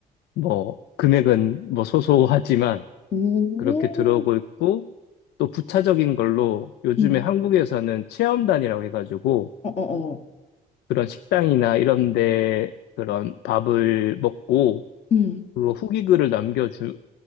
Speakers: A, on the left; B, on the left.
A: 뭐, 금액은 뭐 소소하지만
B: 오,
A: 그렇게 들어오고 있고, 또 부차적인 걸로 요즘에
B: 음.
A: 한국에서는 체험단이라고 해가지고
B: 어, 어, 어.
A: 그런 식당이나 이런 데 그런 밥을 먹고
B: 음.
A: 그거 후기글을 남겨주,